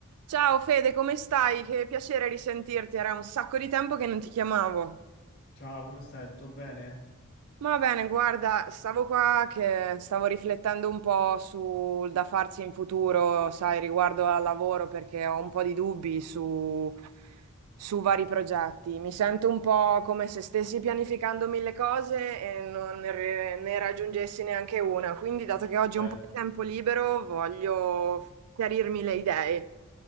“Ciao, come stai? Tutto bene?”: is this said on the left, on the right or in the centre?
Left